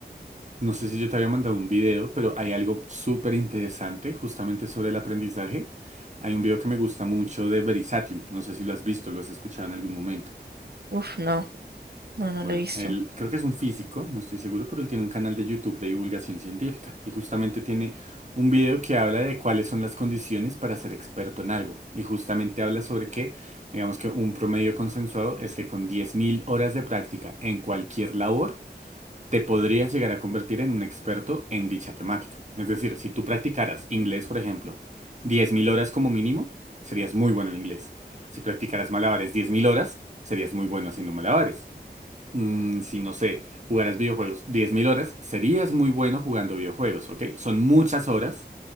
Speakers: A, on the right; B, on the right.
A: No sé si yo te había mandado un video, pero hay algo súper interesante justamente sobre el aprendizaje. Hay un video que me gusta mucho de Verisatium. No sé si lo has visto, lo has escuchado en algún momento.
B: Uf, no, no, no
A: Bueno,
B: lo he visto.
A: él creo que es un físico, no estoy seguro, pero él tiene un canal de YouTube de divulgación científica y justamente tiene un video que habla de cuáles son las condiciones para ser experto en algo. Y justamente habla sobre que, digamos que un promedio consensuado es que con 10.000 horas de práctica en cualquier labor, te podrías llegar a convertir en un experto en dicha temática. Es decir, si tú practicaras inglés, por ejemplo, 10.000 horas como mínimo, serías muy bueno en inglés. Si practicaras malabares 10.000 horas, serías muy bueno haciendo malabares. Mm, si no sé, jugaras videojuegos 10.000 horas, serías muy bueno jugando videojuegos, ¿ok? Son muchas horas,